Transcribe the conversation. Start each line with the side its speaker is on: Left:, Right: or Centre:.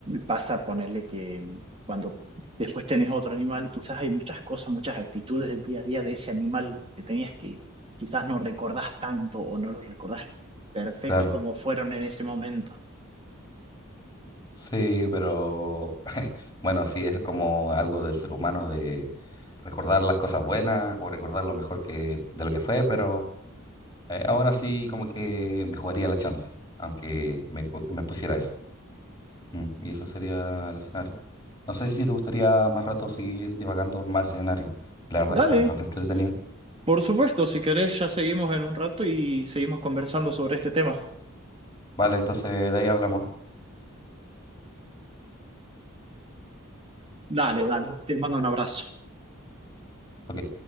Right: pasa ponerle que cuando después tenés otro animal, quizás hay muchas cosas, muchas actitudes del día a día de ese animal que tenías que quizás no recordás tanto o no los recordás perfectos
Left: Claro,
Right: como fueron en ese momento.
Left: sí, pero <laughs> bueno, sí, es como algo del ser humano de recordar las cosas buenas o recordar lo mejor que de lo que fue, pero eh, aún así como que me jugaría la chance, aunque me, pu- me pusiera eso. Mm, Y eso sería el escenario. No sé si te gustaría más rato seguir divagando más escenarios. La verdad
Right: Dale,
Left: es que está bastante entretenido.
Right: Por supuesto, si querés, ya seguimos en un rato y seguimos conversando sobre este tema.
Left: Vale, entonces de ahí hablamos.
Right: Dale, dale, te mando un abrazo.
Left: Ok.